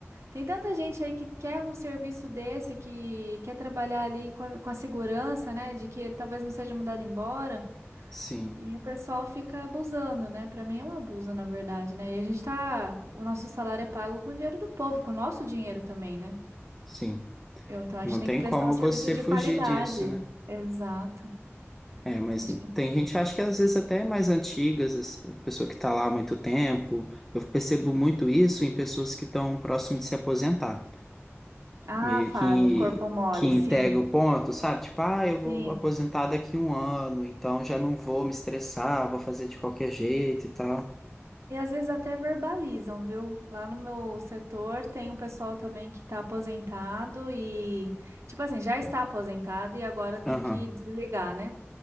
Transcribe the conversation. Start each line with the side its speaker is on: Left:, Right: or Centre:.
Right: Tem tanta gente aí que quer um serviço desse, que quer trabalhar ali com a, com a segurança, né? De que talvez não seja mudado embora.
Centre: Sim,
Right: E o pessoal fica abusando, né? Pra mim é um abuso, na verdade, né? E a gente tá. O nosso salário é pago com o dinheiro do povo, com o nosso dinheiro também, né?
Centre: sim.
Right: Eu- então a
Centre: Não
Right: gente tem
Centre: tem
Right: que prestar
Centre: como
Right: um serviço
Centre: você
Right: de
Centre: fugir
Right: qualidade.
Centre: disso, né?
Right: Exato.
Centre: É, mas
Right: A gente tem-
Centre: tem gente, acho que às vezes até é mais antigas, as- a pessoa que está lá há muito tempo. Eu percebo muito isso em pessoas que estão próximo de se aposentar.
Right: Ah,
Centre: Meio
Right: fazem
Centre: que,
Right: corpo mole,
Centre: que integra
Right: sim.
Centre: o ponto, sabe? Tipo, ah, eu vou
Right: Sim.
Centre: aposentar daqui um ano, então já não vou me estressar, vou fazer de qualquer jeito e tal.
Right: E às vezes até verbalizam, viu? Lá no meu setor tem um pessoal também que tá aposentado e, tipo assim, já está aposentado e agora tem
Centre: Aham,
Right: que desligar, né?